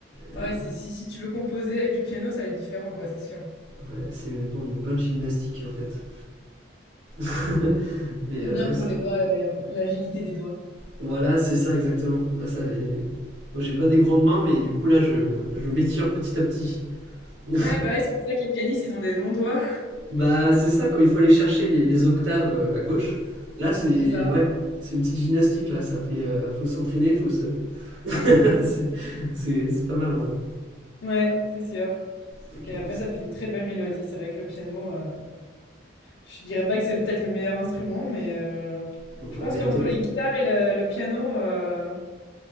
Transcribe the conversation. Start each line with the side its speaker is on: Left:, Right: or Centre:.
Right: euh,
Left: Ouais, c'est- si, si tu veux composer avec du piano, ça va être différent, quoi, c'est sûr.
Right: ouais, c'est une, bon, une bonne gymnastique en fait. <laughs> Mais
Left: C'est
Right: euh,
Left: bien
Right: ouais,
Left: pour
Right: c'est-
Left: les doigts, euh, l'agilité des doigts.
Right: voilà, c'est ça exactement. Là, ça avait- Moi j'ai pas des grandes mains, mais du coup là je, je m'étire petit à petit. <laughs>
Left: Ouais, bah ouais, c'est pour ça que les canisses, ils ont des longs doigts.
Right: bah c'est ça, quand il faut aller chercher les, les octaves euh, à gauche, là c'est.
Left: <laughs> C'est ça.
Right: Ouais, c'est une petite gymnastique là, ça fait. euh, faut s'entraîner, faut se. <laughs> c'est c'est- c'est pas mal en vrai.
Left: Ouais, c'est sûr.
Right: Donc,
Left: Et
Right: euh,
Left: après,
Right: c'est-
Left: ça fait des très belles mélodies. C'est vrai que le piano, euh, je dirais pas que c'est peut-être le meilleur instrument, mais euh,
Right: Bon,
Left: je pense
Right: ah, mais
Left: qu'entre
Right: après,
Left: les guitares et la- le piano, euh,